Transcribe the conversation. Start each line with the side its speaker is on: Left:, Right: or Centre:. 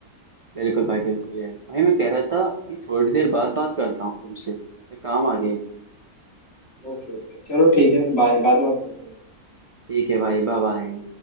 Right: बिल्कुल भाई बिल्कुल यार भाई मैं कह रहा था कि थोड़ी देर बाद बात करता हूँ तुमसे एक काम आ गया
Left: ओके ओके चलो ठीक है बाय बाद में बात करते हैं
Right: ठीक है भाई बाय बाय